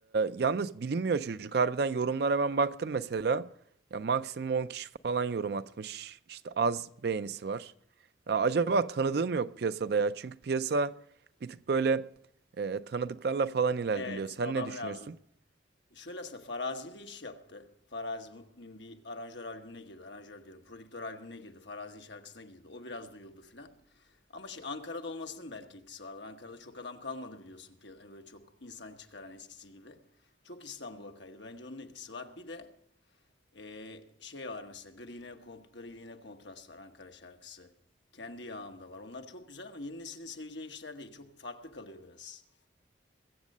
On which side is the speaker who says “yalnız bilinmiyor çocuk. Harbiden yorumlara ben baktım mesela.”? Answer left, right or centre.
Right